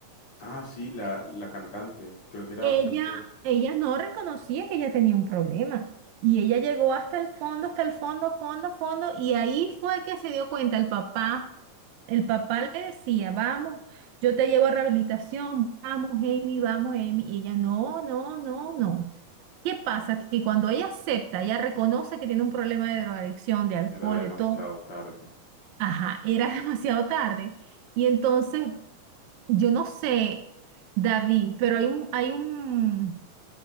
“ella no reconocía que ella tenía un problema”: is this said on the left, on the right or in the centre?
Right